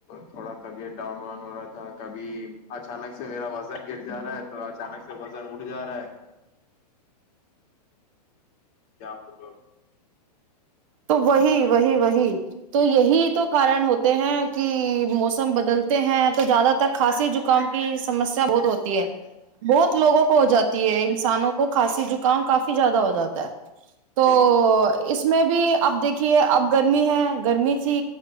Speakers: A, on the left; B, on the right.
A: تھوڑا طبیعت ڈاؤن واؤن ہو رہا تھا کبھی اچانک سے میرا گر جا ہے تو اچانک سے ب مڑ ج رہ کیا بولولو
B: تو وہی وہی وہی تو یہی تو کارن ہوتے ہیں کہ موسم بدلتے ہیں تو زیادہ تر کھانسی زکام کی سمسیا بہت ہوتی ہے بہت لوگوں کو ہو جات ہے انسانوں کو کھسی جک گؤں کاف زیادہ ہو جاتا ہے تو
A: بالکل
B: اس میں بھی اب دیکھیے اب گرمی ہے گرمی تھی